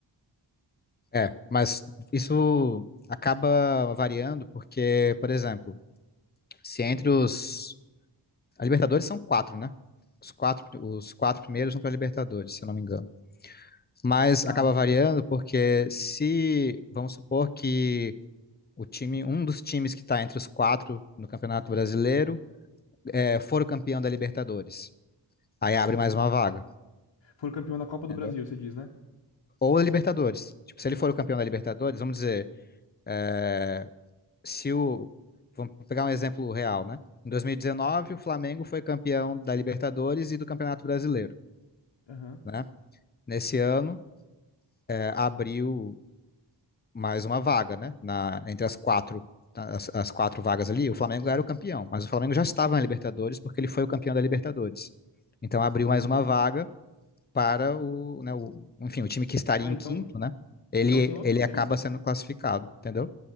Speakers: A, on the left (about 25°); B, on the left (about 75°).
A: É, mas isso acaba variando porque, por exemplo, se entre os... A Libertadores são quatro, né? Os quatro, os quatro primeiros vão para a Libertadores, se eu não me engano. Mas
B: Ah,
A: acaba variando
B: tá.
A: porque se, vamos supor que O time, um dos times que está entre os quatro no Campeonato Brasileiro, é, for o campeão da Libertadores. Aí abre mais uma vaga,
B: Foi o campeão da Copa do
A: entendeu?
B: Brasil, você diz, né?
A: Ou a Libertadores. Tipo, se ele for o campeão da Libertadores, vamos dizer, é, se o. Vamos pegar um exemplo real, né? Em 2019, o Flamengo foi campeão da Libertadores e do Campeonato Brasileiro,
B: Aham.
A: né? Nesse ano, é, abriu mais uma vaga, né? Na, entre as quatro, as, as quatro vagas ali, o Flamengo era o campeão, mas o Flamengo já estava na Libertadores porque ele foi o campeão da Libertadores. Então abriu mais uma vaga para o, né, o, enfim, o time que estaria
B: Ah,
A: em
B: então,
A: quinto, né? Ele,
B: então tem outro
A: ele acaba
B: jeito.
A: sendo classificado, entendeu?